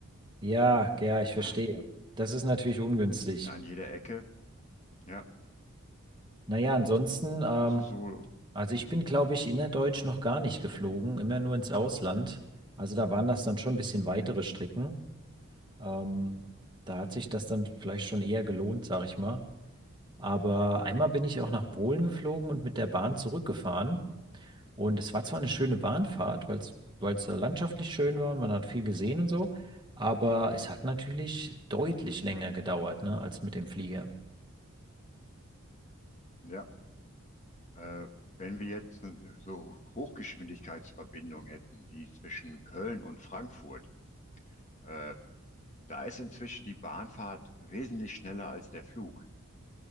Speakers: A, on the right; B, on the left.
A: Ja, ja, ich verstehe.
B: ah,
A: Das ist natürlich ungünstig.
B: an jeder Ecke. Ja,
A: Naja, ansonsten, ähm,
B: also so,
A: also ich bin, glaube ich, innerdeutsch noch gar nicht geflogen, immer nur ins Ausland. Also da waren das dann schon ein bisschen weitere Strecken. Ähm, da hat sich das dann vielleicht schon eher gelohnt, sag ich mal. Aber einmal bin ich auch nach Polen geflogen und mit der Bahn zurückgefahren. Und es war zwar eine schöne Bahnfahrt, weil es, weil es äh, landschaftlich schön war und man hat viel gesehen und so, aber es hat natürlich deutlich länger gedauert, ne, als mit dem Flieger.
B: ja. Äh, wenn wir jetzt so Hochgeschwindigkeitsverbindungen hätten, wie zwischen Köln und Frankfurt, äh, da ist inzwischen die Bahnfahrt wesentlich schneller als der Flug.